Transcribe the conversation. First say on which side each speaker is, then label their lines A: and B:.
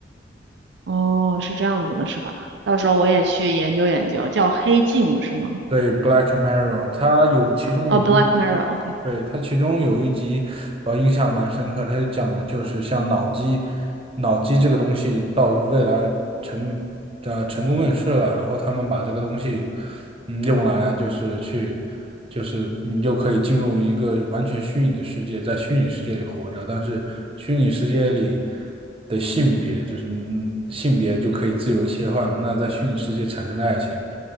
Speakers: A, on the right; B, on the right.
A: 哦，是这样子的，是吧？到时候我也去研究研究，叫《黑镜》是吗？
B: 对《Black Mirror》，它有其中有一
A: 哦，《Black Mirror》，OK。
B: 对，它其中有一集，呃，印象蛮深刻。它是讲的就是像脑机，脑机这个东西到未来成呃成功问世了，然后他们把这个东西，嗯，用来就是去，就是你就可以进入一个完全虚拟的世界，在虚拟世界里活着，但是虚拟世界里的性别就是嗯性别就可以自由切换了。那在虚拟世界产生的爱情。